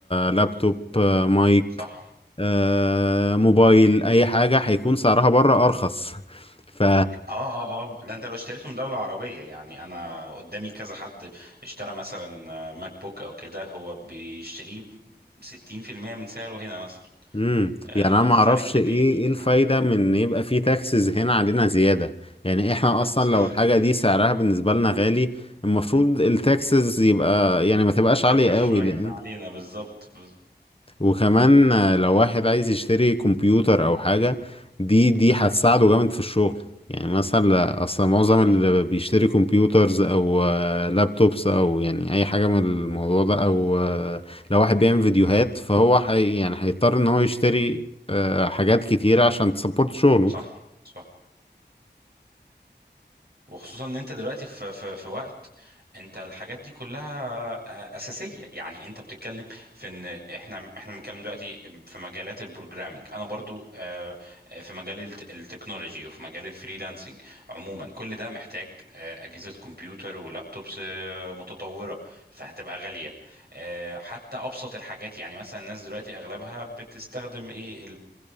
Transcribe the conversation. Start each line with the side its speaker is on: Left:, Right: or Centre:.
Left: لابتوب آه، مايك
Right: صح
Left: آه، موبايل اي حاجة هيكون سعرها بره ارخص <laughs> ف
Right: اه اه اه ده انت لو اشتريته من دولة عربية يعني انا قدامي كذا حد اشترى مثلا ماك بوك او كده هو بيشتريه ب 60% من سعره هنا مثلا
Left: امم
Right: آه،
Left: يعني انا ما
Right: فرق
Left: اعرفش
Right: كبير
Left: ايه ايه الفايده
Right: مم.
Left: من ان يبقى في تاكسز هنا علينا زياده يعني احنا اصلا
Right: صح
Left: لو الحاجه دي سعرها
Right: <laughs>
Left: بالنسبه لنا غالي المفروض التاكسز يبقى يعني ما تبقاش
Right: تخفف
Left: عاليه
Right: شوية
Left: قوي لان
Right: من علينا بالظبط بز-
Left: وكمان آه، لو واحد عايز يشتري كمبيوتر او حاجة دي دي هتساعده جامد في الشغل يعني مثلا اصلا معظم
Right: بالظبط
Left: اللي بيشتري كمبيوترز او آه، لابتوبس او يعني اي حاجة من الموضوع ده او آه، لو واحد بيعمل فيديوهات فهو حي يعني هيضطر
Right: مم.
Left: ان هو يشتري آه، حاجات كتيرة عشان تسبورت شغله
Right: صح صح وخصوصا ان انت دلوقتي في في في وقت انت الحاجات دي كلها اساسيه يعني انت بتتكلم في ان احنا احنا بنتكلم دلوقتي في مجالات البروجرامينج انا برضو آه، آه، في مجال الت- التكنولوجي وفي مجال الفريلانسنج عموما كل ده محتاج آه، اجهزه كمبيوتر ولابتوبس آه، متطوره فهتبقى غاليه آه، حتى ابسط الحاجات يعني مثلا الناس دلوقتي اغلبها بتستخدم ايه